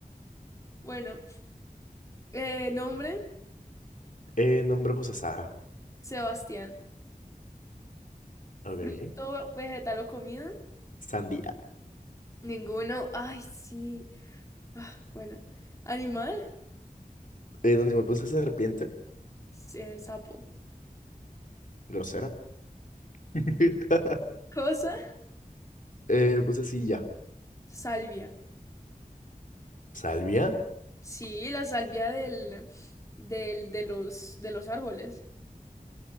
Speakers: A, on the left; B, on the left.
A: Bueno, eh, nombre,
B: Eh, nombre puse Sara.
A: Sebastián.
B: Ok.
A: Fruto, vegetal o comida,
B: Sandía.
A: ninguno. Ay, sí. Ah, bueno, animal,
B: Eh, donde me puse serpiente,
A: eh, sapo.
B: grosera. <laughs>
A: Cosa,
B: Eh, puse silla.
A: salvia.
B: ¿Salvia?
A: Sí, la salvia del, del, de los, de los árboles.